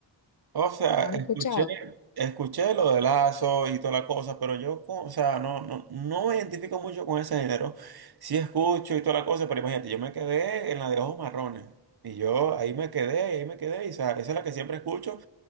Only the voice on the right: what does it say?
O sea,
escuché,
escuché lo de Lazo y toda la cosa, pero yo, co- o sea, no, no, no me identifico mucho con ese género. Sí escucho y toda la cosa, pero imagínate, yo me quedé en la de Ojos Marrones. Y yo ahí me quedé, ahí me quedé, y o sea, esa es la que siempre escucho